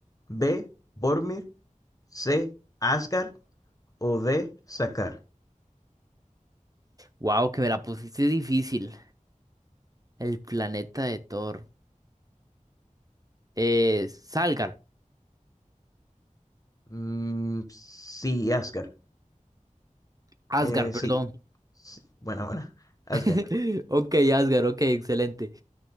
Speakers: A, on the left; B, on the right.
A: B. Bormir, C. Asgard o D. Sakar.
B: Wow, que me la pusiste difícil. El planeta de Thor. Eh, Salgar.
A: Mm, sí, Asgard.
B: Asgard,
A: Eh,
B: perdón.
A: sí. sí. Buena, buena. Asgard.
B: <laughs> Ok, Asgard, ok, excelente.